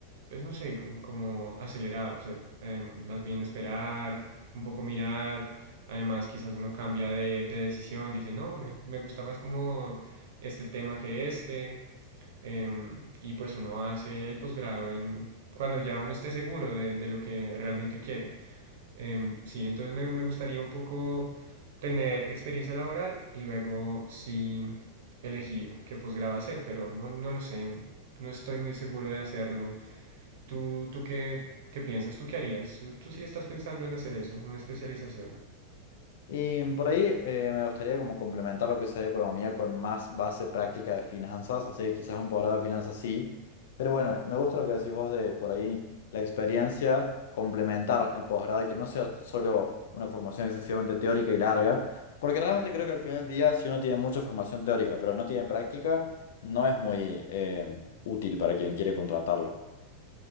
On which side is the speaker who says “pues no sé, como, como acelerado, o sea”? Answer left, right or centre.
Right